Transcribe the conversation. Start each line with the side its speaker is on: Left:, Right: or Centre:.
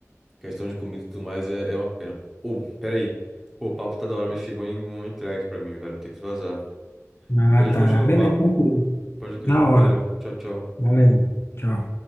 Centre: questão de comida e tudo mais é, é uma pena. Ou, pera aí. Pô, o papo tá da hora, mas chegou em uma entrega pra mim, velho. Tem que vazar.
Left: Ah,
Centre: Depois a
Left: tá.
Centre: gente continua
Left: Beleza,
Centre: o papo.
Left: tranquilo.
Centre: Pode crer.
Left: Na hora.
Centre: Valeu. Tchau, tchau.
Left: Valeu. Tchau.